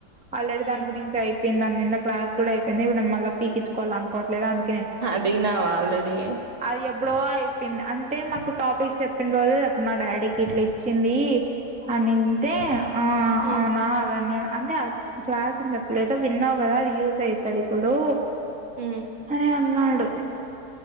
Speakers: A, in the centre; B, on the right.
A: ఆల్రెడీ
B: మ్
A: దానన్ గురించి అయి ది. దాని మీద క్లాస్ కూడా అయిపోయింది. ఇప్పుడు మళ్ళ పీకించుకోవాల్ అనుకో లేద్ అన్
B: అడినవా ఆల్రెడీ
A: అది ఎప్పుడో అయిపోయింది అంటే మాకు టాపిక్స్ చెప్పింన్ రోజే చెప్పిన మా డాడీకి ఇట్ల ఇచ్చింది అనింటే ఆ
B: మ్
A: అవునా అవన్నీ అంటే <unintelligible> విన్నావు కదా అది యూజ్ అయితది ఇప్పుడు
B: మ్
A: అని అన్నాడు.